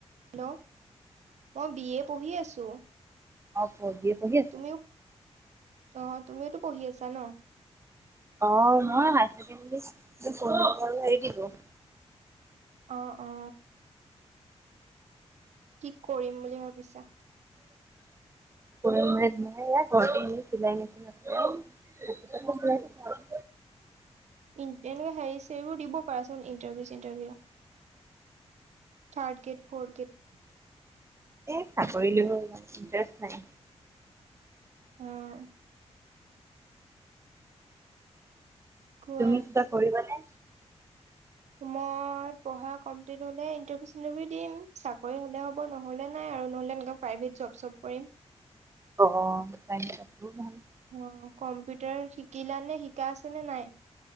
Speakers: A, on the right (about 80°); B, on the right (about 25°).
A: হেল্ল' মই বি এ পঢ়ি আছো।
B: অ বি এ পঢ়ি আছা।
A: তুমিও অ তুমিওতো পঢ়ি আছা ন?
B: অ মই হাই চেকেণ্ডেৰী পঢ়ি পেলাই এৰি দিলোঁ।
A: অ অ কি কৰিম বুলি ভাবিছা?
B: পঢ়ি পেলাই ইনে ভন্টি ইনেই চিলাই মেচিন আছে যে - <unintelligible>
A: ইন্টাৰভিউ হেৰি চেৰি বোৰ দিব পাৰা চোন ইণ্টাৰভিউ চিনটাৰভিউ। Third grade fourth grade.
B: এ চাকৰিলৈ মোৰ ইমান ইণ্টাৰেষ্ট নাই।
A: উম। কোৱা
B: তুমি কিবা কৰিবা নে?
A: মই পঢ়া কমপ্লিট হ'লে ইণ্টাৰভিউ চিটাৰভিউ দিম চাকৰি হ'লে হ'ব। নহ'লে নাই আৰু নহ'লে এনেকে প্ৰাইভেট জব চব কৰিম।
B: অ আছোঁ নহয়।
A: অ কম্পিউটাৰ শিকিলা নে শিকা আছে নে নাই?